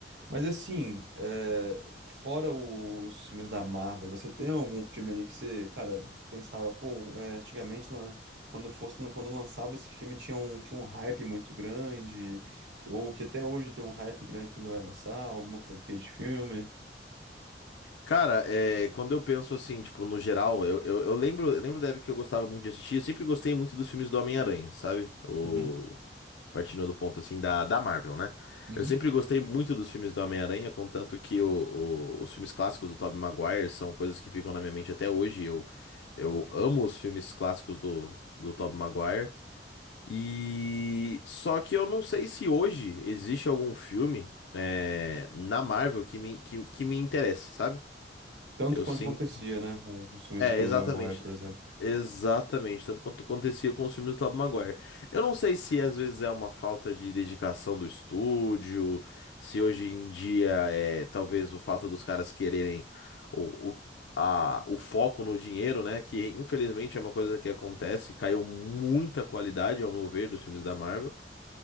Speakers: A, on the right; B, on the left.
A: Mas assim, é, fora os filmes da Marvel, você tem algum filme ali que você, cara, pensava, pô, é, antigamente, lá, quando fosse, quando lançava esse filme, tinha um, tinha um hype muito grande, que- ou que até hoje tem um hype grande quando vai lançar alguma franquia de filme?
B: Cara, é, quando eu penso assim, tipo, no geral, eu, eu, eu lembro, eu lembro da época que eu gostava muito de assistir, eu sempre gostei muito dos filmes do Homem-Aranha, sabe? O,
A: Uhum,
B: Partindo do ponto assim da, da Marvel, né?
A: uhum.
B: Eu sempre gostei muito dos filmes do Homem-Aranha, contanto que o, o- os filmes clássicos do Tobey Maguire são coisas que ficam na minha mente até hoje. Eu, eu amo os filmes clássicos do, do Tobey Maguire. E só que eu não sei se hoje existe algum filme é, na Marvel que me, que, que me interesse, sabe?
A: Tanto
B: Eu
A: quanto
B: sinto.
A: acontecia, né, com os filmes
B: É,
A: do Tobey
B: exatamente,
A: Maguire, por exemplo.
B: Exatamente, tanto quanto acontecia com os filmes do Tobey Maguire. Eu não sei se às vezes é uma falta de dedicação do estúdio, se hoje em dia é talvez o fato dos caras quererem o, o, a, o foco no dinheiro, né? Que infelizmente é uma coisa que acontece, caiu muita qualidade, ao meu ver, dos filmes da Marvel.